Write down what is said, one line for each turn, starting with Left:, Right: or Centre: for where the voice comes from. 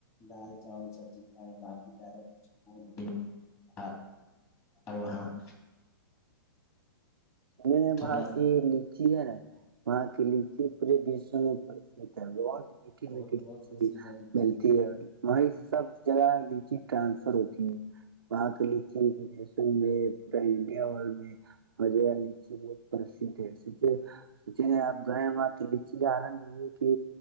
Left: دال چاول سبزی کھائے باقی زیادہ کچھ کھائے نہیں وہاں <unintelligible>
Right: س
Left: تھوڑا
Right: با
Left: سا
Right: کہی لی <unintelligible> جی ہے نا وہاں کی لیچی پورےشو میں پرسھ ہے <unintelligible> میٹٹی
Left: بہت
Right: میٹیھی
Left: بہت
Right: لیچی
Left: پر سیدھا لیجیے
Right: ملتی ہے <unintelligible> وہیں سے سب جگہ لیچی ٹرانسفر ہوتی ہے وہاں کی لیچیدیشوں میں پورا انڈیا میں ہو ج <unintelligible> بہت پرسھ ہے سوچے سوچے آپ گئے وہاں تو لچی کا آنند لیجے کہ